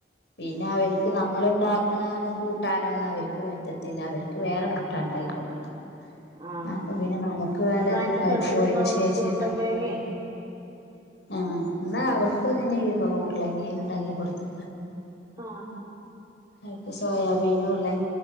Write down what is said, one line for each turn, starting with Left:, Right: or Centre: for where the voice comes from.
Left: പിന്നെ അവർക്ക് നമ്മൾ ഇണ്ടാക്കണ ക്കൂ ട്ടാനൊന്നും അവർക്ക് പറ്റത്തില്ല അവർക്ക് വേറെ കൂട്ടാൻ ഇണ്ടാക്കി കൊടുക്കണം
Right: ആഹ്
Left: അപ്പൊ പിന്നെ നമുക്ക് വേണ്ടതൊക്കെ
Right: അതാ എന്റെ
Left: അവര്
Right: ചെറുതിന്
Left: പോയതിന്
Right: ഇപ്പൊ
Left: ശേഷം
Right: ഉരുളങ്കിഴങ്ങേ
Left: ഉണ്ടാകൊള്ളു ആ ഇന്നാ അവൾക്കും അത് തന്നെ ഇപ്പം ഉരുളക്കിഴങ്ങ് ഉണ്ടാക്കി കൊട്ത്ത്
Right: ആ
Left: ആയ്ക്ക് സോയാബീനും ഉള്ളെ